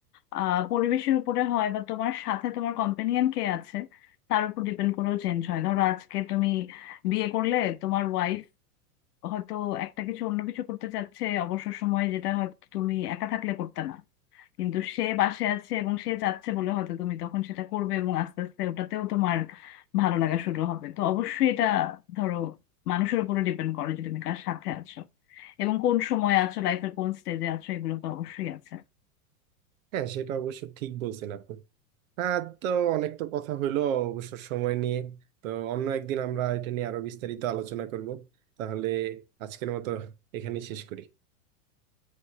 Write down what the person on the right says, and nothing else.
হ্যাঁ সেটা অবশ্য ঠিক বলছেন আপনি হ্যাঁ তো অনেক তো কথা হইলো অবসর সময় নিয়ে তো অন্য একদিন আমরা এটা নিয়ে আরো বিস্তারিত আলোচনা করব তাহলে আজকের মতো এখানেই শেষ করি